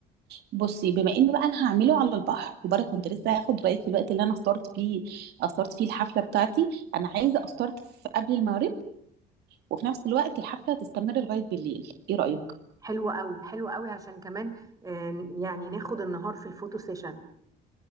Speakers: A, on the right; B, on the right.
A: بصي بما ان بقى انا هعمله على البحر وبرضه كنت لسه هاخد رايك في الوقت اللي انا استارت فيه استارت فيه الحفله بتاعتي انا عايزه استارت في قبل المغرب وفي نفس الوقت الحفله تستمر لغايه بالليل ايه رايك
B: حلو قوي حلو قوي عشان كمان آه، يعني ناخد النهار في الفوتو سيشن